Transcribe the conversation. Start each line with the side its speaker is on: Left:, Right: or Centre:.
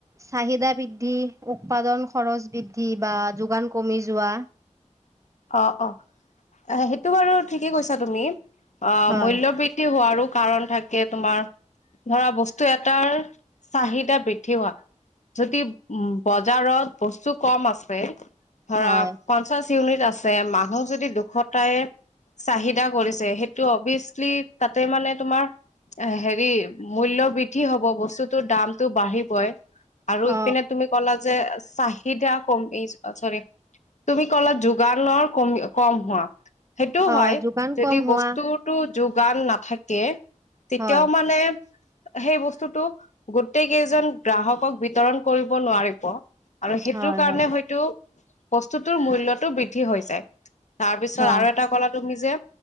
Right: চাহিদা বৃদ্ধি, উৎপাদন খৰচ বৃদ্ধি বা যোগান কমি যোৱা।
Left: অ', অ', সেইটো বাৰু ঠিকেই কৈছা তুমি। অ',
Right: হয়
Left: মূল্য বৃদ্ধি হোৱাৰো কাৰণ থাকে তোমাৰ, ধৰা বস্তু এটাৰ চাহিদা বৃদ্ধি হোৱা যদি উম, বজাৰত বস্তু কম আছে ধৰা
Right: হয়
Left: পঞ্চাশ ইউনিট আছে। যে মানুহ যদি দুখত প্ৰায়ে চাহিদা কৰিছে, সেইটো অভিয়চলি তাতে মানে তোমাৰ হেৰি মূল্য বৃদ্ধি হ'ব বস্তুটোৰ দামটো বাঢ়িবই। আৰু
Right: অ
Left: ইপিনে তুমি ক'লা যে চাহিদা কম <unintelligible> চৰি, তুমি কলা !!!!!!!!!! কম হোৱা, সেইটো
Right: অ
Left: হয়,
Right: যোগান
Left: ‌ যদি
Right: কম হোৱা
Left: বস্তুটো যোগ !!!!!!!!!! নাথাকে তেতিয়াও
Right: হয়
Left: মানে সেই বস্তুতটো গোটেই কেইজন গ্ৰাহকক বিতৰণ কৰিব নোৱাৰিব। আৰু সেইটোৰ
Right: হয়
Left: কাৰণে
Right: হয়
Left: হয়তো বস্তুটোৰ মূল্যতটো বৃদ্ধি হৈ যায়। তাৰ পিছত
Right: হয়
Left: আৰু এটা ক'লা তুমি যে